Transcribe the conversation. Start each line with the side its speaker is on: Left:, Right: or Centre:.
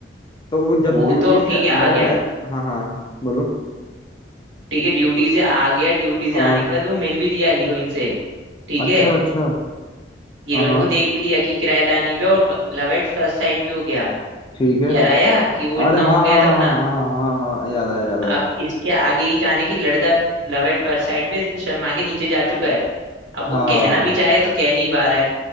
Left: तो वो जब
Right: वो
Left: ड्यूटी
Right: तो
Left: से
Right: ठीक है
Left: आया
Right: आ गया
Left: है हाँ हाँ बोलो
Right: ठीक है ड्यूटी से आ गया ड्यूटी से
Left: हाँ
Right: आने के बाद वो मिल भी लिया हीरोइन से ठीक
Left: अच्छा
Right: है
Left: अच्छा
Right: हीरोइन
Left: हाँ हाँ
Right: को देख भी लिया कि किराएदानी पे और लव एट फर्स्ट साइड भी हो गया
Left: ठीक है
Right: याद आया कि वो इतना
Left: अरे
Right: हो
Left: हाँ हाँ
Right: गया
Left: हाँ
Right: था अपना
Left: हाँ हाँ हाँ हाँ हाँ, याद आया याद आया
Right: अब इसके आगे की कहानी की लड़का लव एट फर्स्ट साइड पे इसलिए शर्मा के नीचे जा चुका है अब वो
Left: हाँ
Right: कहना भी चाहे तो कह नहीं पा रहा है